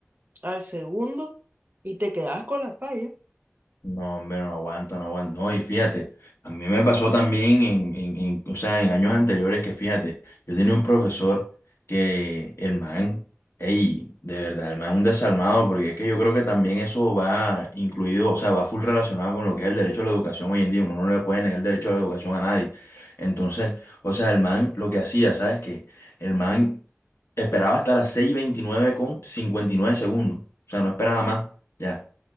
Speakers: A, on the right (about 40°); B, on the left (about 70°).
A: al segundo y te quedabas con la falla.
B: No, hombre, no aguanto, no aguanto. No, y fíjate, a mí me pasó también en, en, en, o sea, en años anteriores que fíjate, yo tenía un profesor que el man, ey, de verdad, el man un desalmado, porque es que yo creo que también eso va incluido, o sea, va full relacionado con lo que es el derecho a la educación hoy en día, uno no le puede negar el derecho a la educación a nadie. Entonces, o sea, el man lo que hacía, ¿sabes qué? El man esperaba hasta las seis y veintinueve con 59 segundos, o sea, no esperaba más. ya